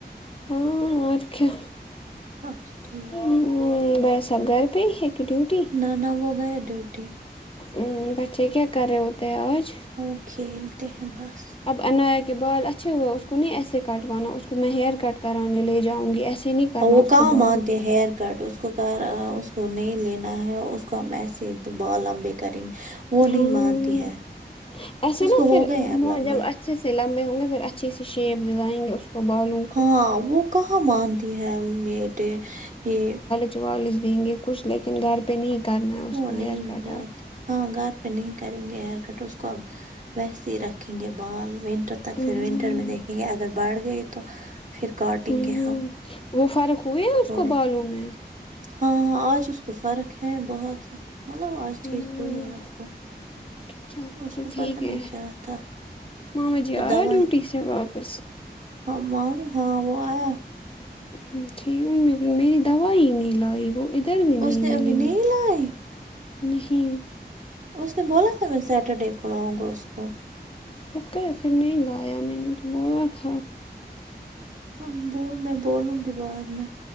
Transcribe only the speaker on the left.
ہاں اور کیا
نہی بھائی صاحب گھر پے ہے کیا ڈیوٹی
ا بچے کیا کر رہے ہوتے آج
اب انایا کے بال اچھے ہوے اس کو نہیں ایسے کٹوانا اس کو میں ہیر کٹ کرانے لے جاؤں گی ایسے نہیں کرنا
اس
کو بالوں
ہاں
ایسے
نا
پھر
وہ
جب اچھے سے لمبے ہوں گے پھر اچھی سے شیپ دلائیں گے اس کو بالوں کو
چ والج دیں گے کچھ لیکن گھر پہ نہیں کرنا ہے اس
کو
ہیئر کٹ
اب
ہم۔
ہوں
وہ فرق ہوئے ہے اس
کو بالوں میں
ہوں
اچھا
پھر
ٹھیک
ہے
ماما جی
آیا
ہے ڈیوٹی سے واپس
ه ٹھیک م میری دوائی ہی نہیں لائی وہ ادھر بھی نہیں
ملی
نہیں
خب کا خر نہیں گایا میں نے تو بولا تھا